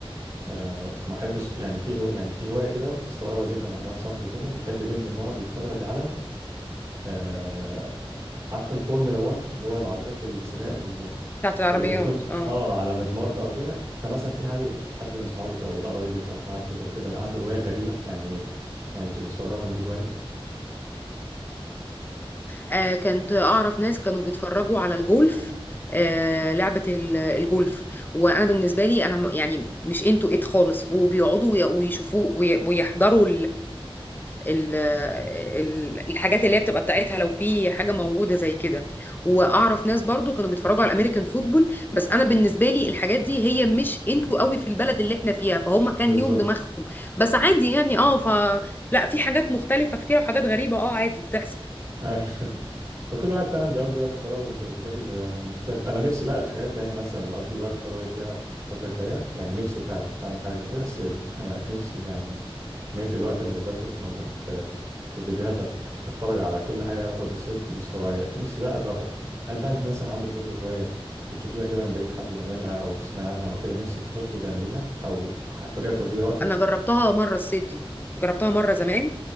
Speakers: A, on the right (about 35°); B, on the left (about 20°).
A: آه، ما احبش يعني في هو يعني في هوايه كده بستغربها جدا عند واحد صاحبي كده بيحب جدا يقعد يتفرج على آه، عارفه الفورمولا 1 اللي هو العربيات السباق
B: بتاعت العربيات
A: اللي بتكون
B: اه
A: اه على مدمار بقى وكده فمثلا في هل حد من صحابك او قرايبك او معارفك او كده عنده هوايه غريبه يعني يعني بتبقى مستغربه ان دي هوايه
B: آه، كنت اعرف ناس كانوا بيتفرجوا على الجولف آه، لعبة ال- الجولف وانا بالنسبة لي انا م- يعني مش انتو ات خالص وبيقعدوا وي- ويشوفوه وي- ويحضروا ال- ال- الحاجات اللي هي بتبقى بتاعتها لو في حاجه موجوده زي كده واعرف ناس برضو كانوا بيتفرجوا على الامريكان فوتبول بس انا بالنسبه لي الحاجات دي هي مش انتوا قوي في البلد اللي احنا فيها فهم كان
A: بالظبط
B: ليهم دماغهم بس عادي يعني اه ف لا في حاجات مختلفه كتير وحاجات غريبه اه عادي بتحصل
A: أيوة. وكل واحد فعلا بيقضي وقت فراغه ب- بشكل آه، مختلف انا نفسي بقى الحاجات يعني مثلا اللي اقضي وقت فراغي فيها الفتره الجايه يعني نفسي فعلا اتعلم حاجه زي كده الصيد انا نفسي يعني كميه الوقت اللي بذلته في مج... في في فيديوهات أت- اتفرج على كل حاجه ليها علاقه بالصيد مش طبيعيه نفسي بقى اجرب يعني هل بقى انت مثلا عندك برضه هوايه بتشوفيها كده من بعيد حد بيعملها او تسمعي عنها او كده نفسك تخشي تعمليها او ح- طريقه تقضي بيها وقتك
B: انا جربتها مره الصيد دي جربتها مره زمان